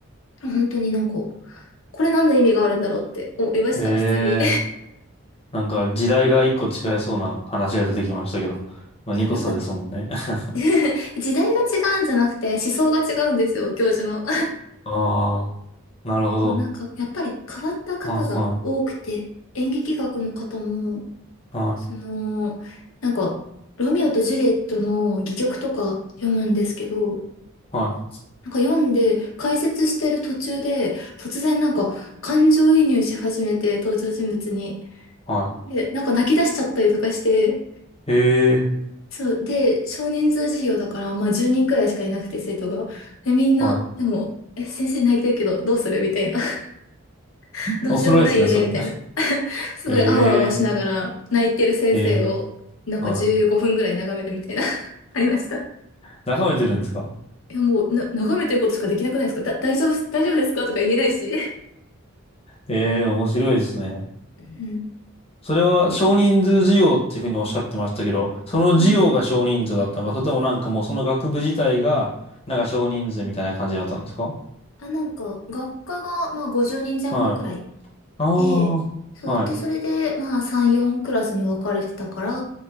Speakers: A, on the left (about 80°); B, on the left (about 30°).
A: 本当になんか、これ何の意味があるんだろうって思いました、
B: ええ
A: 普通に。<laughs> い
B: なんか時代が一個違いそうな話が出てきましたけど、まあ二個差ですもんね。
A: や、なんか
B: <laughs>
A: <laughs> 時代が違うんじゃなくて思想が違うんですよ、教授の。
B: ああ、なるほど。
A: まあなんか、やっぱり変わった方が多くて、
B: はいは
A: 演劇学の方も、
B: い、は
A: その、なんか、ロミオとジュリエットの戯曲とか読むんですけど、
B: い、は
A: なんか読んで解説してる途中で、突然なんか感情移入し始めて、登場人物に。
B: い、は
A: で、なんか泣き出しちゃったりとかして、
B: い。ええ
A: そう。で、少人数授業だから、まあ10人くらいしかいなくて、生徒が。で、みんな、
B: はい。
A: でも、え、先生泣いてるけど、どうするみたいな。<laughs> どうしようもないよねみたいな。
B: 面白いですね、それ。
A: すごい、
B: <laughs>
A: あわあわしながら、
B: え
A: 泣いてる先生を、
B: えええ
A: なんか15分くらい眺めるみたいな。
B: はい。
A: <laughs> ありました。
B: 眺めてるんですか
A: いや、もう、な、眺めてることしかできなくないですかだ、大丈夫、大丈夫ですかとか言えないし。
B: ええ面白いですね。
A: うん。
B: それは少人数授業っていうふうにおっしゃってましたけど、その授業が少人数だったのか、
A: うん。
B: それともなんかもうその学部自体が、なんか少人数みたいな感じだったんですか
A: あ、なんか、学科が、まあ、50人前後くらい
B: はい。ああ、
A: で、そう、
B: はい。
A: で、それで、まあ、3、4クラスに分かれてたから、